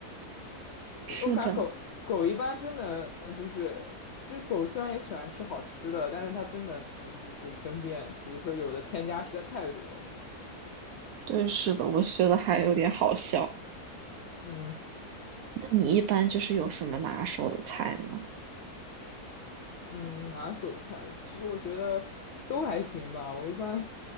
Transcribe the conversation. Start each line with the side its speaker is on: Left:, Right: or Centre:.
Right: 是的，
Left: 我感觉狗狗一般真能，就是就是狗虽然也喜欢吃好吃的，但是它真能就是分辨，比如说有的添加实在太多了。
Right: 对，是的，我觉得还有点好笑。
Left: 嗯。
Right: 那你一般就是有什么拿手的菜呢？
Left: 嗯，拿手菜，其实我觉得都还行吧。我一般